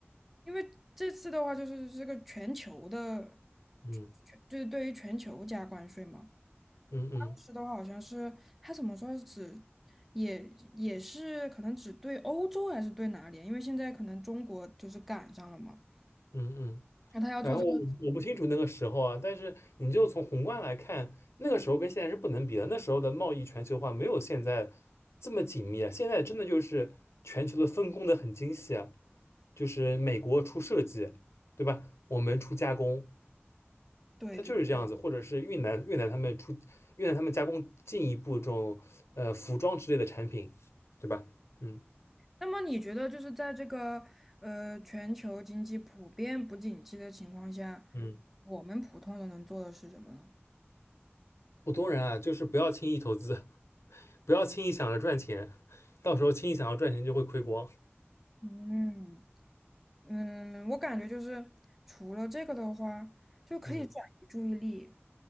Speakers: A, in the centre; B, on the left (about 80°).
A: 因为这次的话就是这个全球的，
B: 嗯
A: 全就是对于全球加关税嘛。
B: 嗯嗯
A: 当时的话好像是他怎么说只也也是可能只对欧洲还是对哪里啊？因为现在可能中国就是赶上了嘛。
B: 嗯嗯。
A: 那他要做这个。
B: 反正我我不清楚那个时候啊，但是你就从宏观来看，那个时候跟现在是不能比的。那时候的贸易全球化没有现在这么紧密啊，现在真的就是全球的分工的很精细啊，就是美国出设计，对吧？我们出加工，
A: 对对。
B: 它就是这样子，或者是越南越南他们出越南他们加工进一步这种呃服装之类的产品，对吧？嗯，
A: 那么你觉得就是在这个呃全球经济普遍不景气的情况下，
B: 嗯，
A: 我们普通人能做的是什么呢？
B: 普通人啊，就是不要轻易投资，<laughs> 不要轻易想着赚钱，到时候轻易想要赚钱就会亏光。
A: 嗯嗯，我感觉就是除了这个的话，就可以转移注意力，
B: 嗯